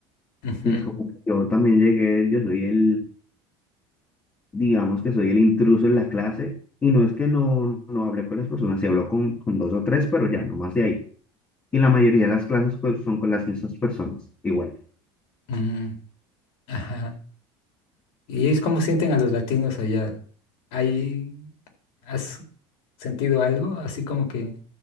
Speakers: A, on the left; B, on the left.
A: ujú,
B: Y es como que yo también llegué, yo soy el, digamos que soy el intruso en la clase, y no es que no, no hablé con las personas, sí hablo con, con dos o tres, pero ya, no más de ahí. Y la mayoría de las clases co- son con las mismas personas, igual.
A: mm, ajá. ¿Y ellos cómo sienten a los latinos allá? ¿Hay, has sentido algo? Así como que